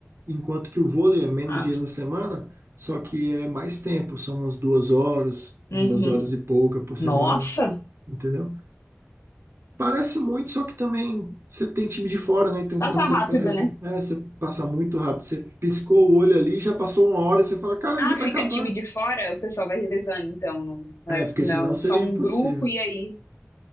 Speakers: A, on the right; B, on the left.
A: enquanto que o vôlei é menos
B: Ah,
A: dias na semana, só que é mais tempo, são umas duas horas, duas
B: uhum.
A: horas e pouca por semana,
B: Nossa,
A: entendeu? Parece muito, só que também você tem time de fora, né? Então
B: passa
A: quando você
B: rápido,
A: perde,
B: né?
A: é, você passa muito rápido, você piscou o olho ali, já passou uma hora e você fala, cara,
B: Ah,
A: já tá
B: fica
A: acabando.
B: time de fora, o pessoal vai revezando, então, não, não
A: É,
B: é
A: porque
B: não,
A: senão seria
B: só um
A: impossível.
B: grupo e aí.